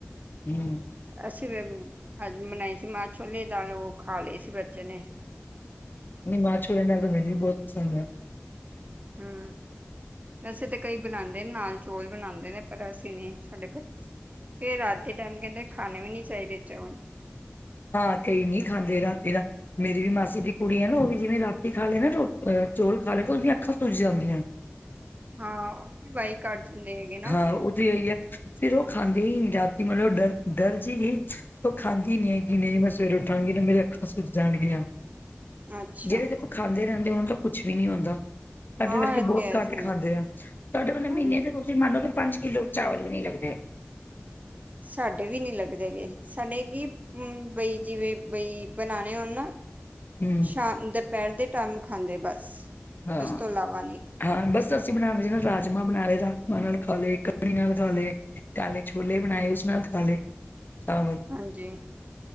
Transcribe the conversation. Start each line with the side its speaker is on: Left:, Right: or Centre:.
Left: ਹੂੰ ਨਹੀਂ
Right: ਅਸੀਂ ਵੀ ਅੱਜ ਬਨਾਈ ਸੀ ਮਾਂ- ਛੋਲੇ ਦੀ ਦਾਲ ਉਹ ਖਾ ਲਈ ਸੀ ਬੱਚੇ ਨੇ-
Left: ਨਹੀਂ, ਮਾਂ -ਛੋਲਿਆ ਦੀ ਦਾਲ ਤਾਂ ਮੈਨੂੰ ਵੀ ਬਹੁਤ ਪਸੰਦ ਹੈ।
Right: ਹਮ, ਅਸੀਂ ਤਾਂ ਕਈ ਬਣਾਉਂਦੇ ਨੇ ਨਾਲ ਚੋਲ ਬਣਾਉਂਦੇ ਨੇ ਪਰ ਅਸੀਂ ਨਹੀਂ ਸਾਡੇ ਬ ਚੇ ਕਹਿੰਦੇ ਰਾਤ ਦੇ ਟਾਈਮ ਕਹਿੰਦੇ ਖਾਣੇ ਵੀ ਨਹੀਂ ਚਾਹੀਦੇ ਚੌਲ
Left: ਹਾਂ, ਕਈ ਨਹੀਂ ਖਾਂਦੇ ਰਾਤੀ ਦਾ ਮੇਰੀ ਵੀ ਮਾਸੀ ਦੀ ਕੁੜੀ ਐ ਨਾ ਓ ਵੀ ਜਿਵੇਂ ਰਾਤੀ ਖਾ ਲੈ ਨਾ ਚੋਲ ਖਾ ਲੇ ਨਾ ਤੇ ਓਦੀਆਂ ਅੱਖਾਂ ਸੁੱਜ ਜਾਂਦੀਆਂ।
Right: ਹਾਂ, ਓ ਬਾਈ ਕਰ ਜਾਂਦੇ ਹੈਗੇ ਨਾ।
Left: <unintelligible> ਫਿਰ ਓ ਖਾਂਦੇ ਈ ਨੀ ਜਦਦੀ ਮਤਲਬ ਡਰ ਡਰਜੇ ਗਈ। ਓ ਖਾਂਦੀ ਨੀ ਹੈਗੀ ਨਈ ਮੈਂ ਸਵੇਰੇ ਉੱਠਾਂਗੀ ਨਾ ਮੇਰੇ ਅੱਖਾਂ ਸੁੱਜ ਜਾਣਗੀਆਂ।
Right: ਅੱਛਾ
Left: ਜੇੜੇ ਦੇਖੋ ਖਾਂਦੇ ਰਹਿੰਦੇ ਓਨਾਂ ਨੂੰ ਕੁਛ ਵੀ ਨੀ ਹੁੰਦਾ। ਸਾਡੇ
Right: ਹਾਂ
Left: ਵਰਗੇ
Right: ਇਹ
Left: ਬਹੁਤ
Right: ਤੇ ਐਸੇ
Left: ਘੱਟ ਖਾਂਦੇ ਆ। ਸਾਡੇ ਵਾਲੇ ਮਹੀਨੇ
Right: ਹਾਂਜੀ
Left: ਚ ਤੁਸੀਂ ਮੰਨ ਲੋ ਕਿ ਪੰਜ ਕਿੱਲੋ ਚਾਵਲ ਵੀ ਨੀ ਲੱਗਦੇ।
Right: ਸਾਡੇ ਵੀ ਨੀ ਲੱਗਦੇ ਗੇ, ਸਾਡੇ ਕੀ ਬਈ ਜਿਵੇਂ ਬਈ ਬਣਾਣੇ ਹੋਣ ਨਾ
Left: ਹਮ
Right: ਸ਼ਾਮ-ਦੁਪਹਿਰ ਦੇ ਟਾਈਮ ਖਾਂਦੇ ਬਸ,
Left: ਹਾਂ
Right: ਇਸ ਤੋਂ ਇਲਾਵਾ ਨਈ।
Left: ਹਾਂ ਬਸ ਅਸੀਂ ਬਣਾਣਾ ਜ ਨਾ ਰਾਜਮਾਂ ਬਣਾ ਲਏ ਰਾਜਮਾਂ ਨਾਲ ਖਾ ਲਏ, ਕੜੀ ਨਾਲ ਖਾ ਲਏ। ਕਾਲੇ ਛੋਲੇ ਬਣਾਏ ਉਸ ਨਾਲ ਖਾ ਲੇ ਚਾਵਲ।
Right: ਹਾਂਜੀ।